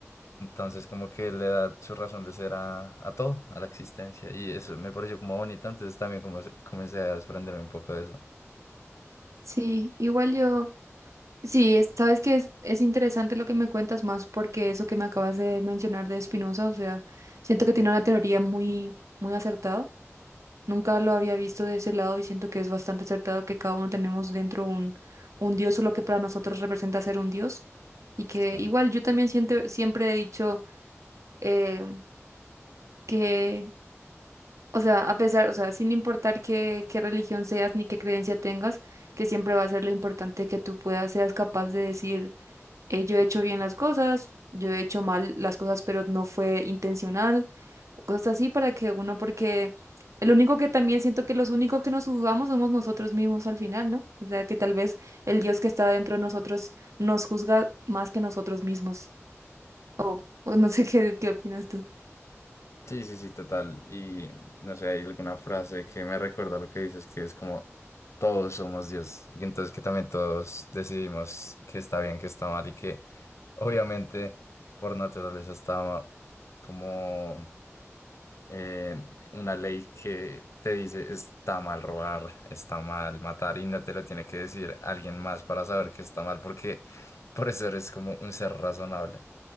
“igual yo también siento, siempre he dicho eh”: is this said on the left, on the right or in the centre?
Right